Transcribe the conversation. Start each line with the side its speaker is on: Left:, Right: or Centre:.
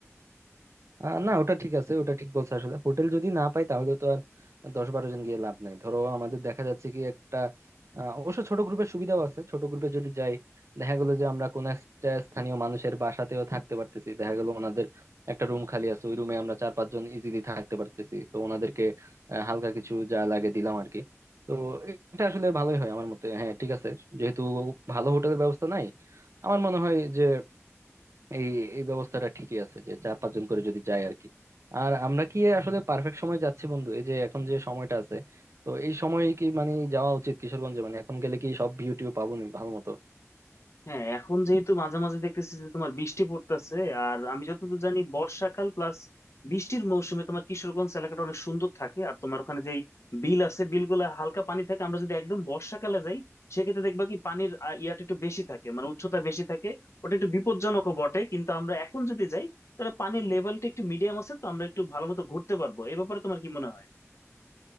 Right: আহ না ওটা ঠিক আছে ওটা ঠিক বলছো আসলে হোটেল যদি না পাই তাহলে তো আর দশ বারো জন গিয়ে লাভ নাই ধরো আমাদের দেখা যাচ্ছে কি একটা আহ, অবশ্য ছোট গ্রুপের সুবিধাও আছে ছোট গ্রুপে যদি যাই দেখা গেলো যে আমরা কোন একটা স্থানীয় মানুষের বাসাতেও থাকতে পারতেছি দেখা গেলো ওনাদের একটা রুম খালি আছে ওই রুমে আমরা চার পাঁচজন ইজিলি থাকতে পারতেছি তো ওনাদেরকে আহ, হালকা কিছু যা লাগে দিলাম আর কি তো এটা আসলে ভালোই হয় আমার মতে হ্যাঁ ঠিক আছে যেহেতু ভালো হোটেলের ব্যবস্থা নাই আমার মনে হয় যে এই এই ব্যবস্থাটা ঠিকই আছে যে চার পাঁচজন করে যদি যায় আর কি আর আমরা কি আসলে পারফেক্ট সময় যাচ্ছি বন্ধু এই যে এখন যে সময়টা আছে তো এই সময়ে কি মানে যাওয়া উচিত কিশোরগঞ্জে মানে এখন গেলে কি সব ভিউ টিউ পাবো নি ভালো মতো
Left: হ্যাঁ এখন যেহেতু মাঝে মাঝে দেখতেছি যে তোমার বৃষ্টি পড়তেছে আর আমি যতদূর জানি বর্ষাকাল প্লাস বৃষ্টির মৌসুমে তোমার কিশোরগঞ্জ এলাকাটা অনেক সুন্দর থাকে আর তোমার ওখানে যেই বিল আছে বিলগুলো হালকা পানি থাকে আমরা যদি একদম বর্ষাকালে যাই সেক্ষেত্রে দেখবা কি পানির আহ, ইয়াটা একটু বেশি থাকে মানে উচ্চতা বেশি থাকে ওটা একটু বিপজ্জনকও বটে কিন্তু আমরা এখন যদি যাই তাহলে পানির লেভেলটা একটু মিডিয়াম আছে তো আমরা একটু ভালো মতো ঘুরতে পারবো এই ব্যাপারে তোমার কি মনে হয়